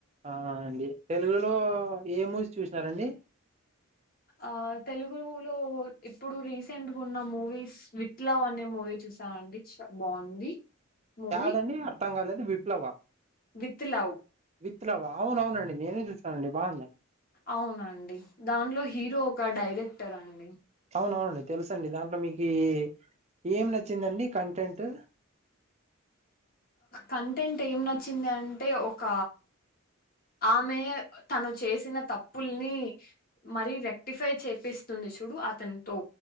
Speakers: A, on the right; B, on the left.
A: ఆ అండి తెలుగులో ఏ మూవీస్ చూసినారండి
B: ఆ తెలుగులో ఇప్పుడు రీసెంట్గా ఉన్న మూవీస్ విత్ లావ్ అనే మూవీ చూసానండి చ బాగుంది మూవీ
A: దాదండి అర్థం కాలేదు విప్లవా
B: విత్ లవ్
A: విత్ లవ్ అవును అవునండి నేనే చూసానండి బాగుంద
B: అవునండి దాంట్లో హీరో ఒక డైరెక్ట్ టర్ అండి
A: అవునవునండి తెలుసు అండి దాంట్లో మీకి ఏం నచ్చిందండి కంటెంట్
B: కంటెంట్ ఏం నచ్చింది అంటే ఒక ఆమె తను చేసిన తప్పుల్ని మరీ రెక్టిఫై చేపిస్తుంది చూడు అతనితో